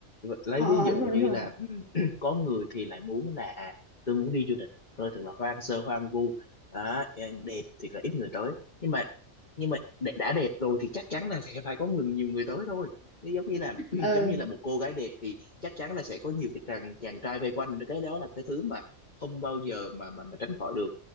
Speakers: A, on the left; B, on the left.
A: lấy
B: ờ,
A: ví
B: ờ,
A: dụ
B: đúng
A: như
B: rồi đúng rồi
A: là <clears throat> có người thì lại muốn là à, tôi muốn đi du lịch tôi thật là hoang sơ hoang vu Đó, đẹp thì là ít người tới nhưng mà nhưng mà đ- đã đẹp rồi thì chắc chắn là sẽ phải có người nhiều người tới thôi nó giống như là <clears throat>
B: ừ.
A: giống như là một cô gái đẹp thì chắc chắn là sẽ có nhiều cái chàng chàng trai vây quanh cái đó là cái thứ mà không bao giờ mà mà, mà tránh khỏi được